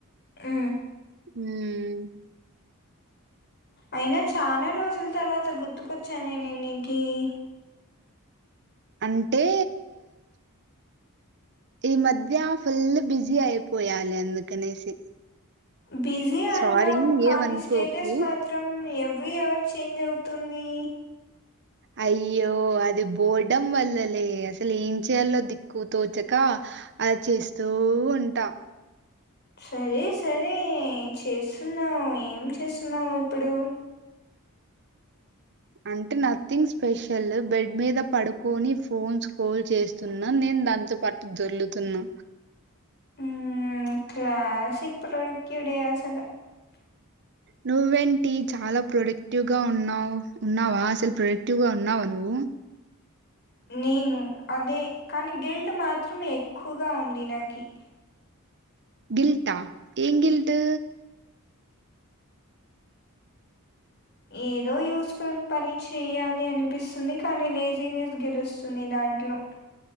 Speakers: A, on the left; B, on the right.
A: ఆ
B: హ్మ్మ్
A: అయినా చాలా రోజుల తర్వాత గుర్తుకొచ్చాను న న ఎ నికి <inaudible>
B: అంటే ఈ మధ్య ఫుల్ బిజీ అయిపోయాలే అందుకనేసి
A: బిజీ అంటావు
B: సారీ
A: కానీ
B: ఏమనుకోకు
A: స్టేటస్ మాత్రం ఎవ ఎవ్రీ అవర్ చేంజ్ అవుతుంది
B: అయ్యో అది పోడ్డం వల్లలే అసలు ఏం చేయాలో దిక్కు తోచక అ చేస్తూ ఉంటాం.
A: సరే సరే చేస్తున్నావు ఏం చేస్తున్నావు ఇప్పుడు
B: అంటే నథింగ్ స్పెషల్ బెడ్ మీద పడుకొని ఫోన్స్ పోల్ చేస్తున్నా నే దాంతో పాటు దోర్లుతున్నా
A: ఊ క్లాసిక్ పడుడుక్యూడిసలు అ
B: నువ్వేంటి చాలా ప్రొడక్టివ్ గా ఉన్నావ్, ఉన్నావా అసలు ప్రొడక్టివ్గా ఉన్నావా నువ్వు.
A: నేను అదే కానీ గిల్ట్ మాత్రమే ఎక్కువగా ఉంది నాకి
B: గిల్టా ఏం గిల్టు
A: ఏదో యూస్ఫుల్ పని చేయాలి అనిపిస్తుంది కానీ లేజీనెస్ గెలుస్తుంది దాంట్లో. నో